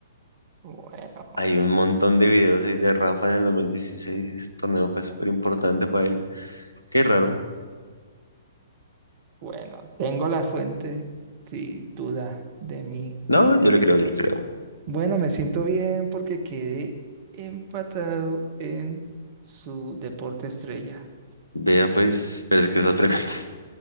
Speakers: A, on the right; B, on the left.
A: Bueno.
B: Hay un montón de videos ahí de Rafa en el 2016 y ese torneo fue súper importante para él. Qué raro.
A: Bueno, tengo la fuente, sin duda, de mí.
B: No, yo le creo, yo le creo.
A: Bueno, me siento bien porque quedé empatado en su deporte estrella.
B: Vea pues, pero es que esas <laughs> preguntas.